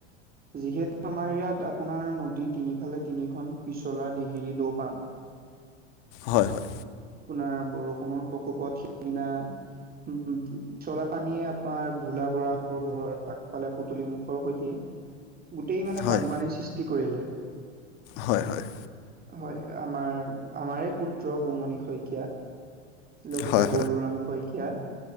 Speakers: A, on the right; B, on the left.
A: যিহেতু আমাৰ ইয়াত আপোনাৰ নদী তিনিফালে তিনিখন পিছলা, দিহিৰি, দৌপাং।
B: হয়', হয়'।
A: আপোনাৰ বৰষুণৰ প্ৰকোপত সিদিনা, উম' পানীয়ে আমাৰ ভোলা বৰাহঁতৰ ঘৰৰ আগফালে পদূলি মুখৰ সৈতে গোটেই মানে
B: হয়
A: বানপানীৰ সৃষ্টি কৰিলে।
B: হয়', হয়'।
A: হয়', আমাৰ, আমাৰে পুত্ৰ বুমণি শইকীয়া। লগতে
B: হয় হয়
A: বলোৰাম শইকীয়া,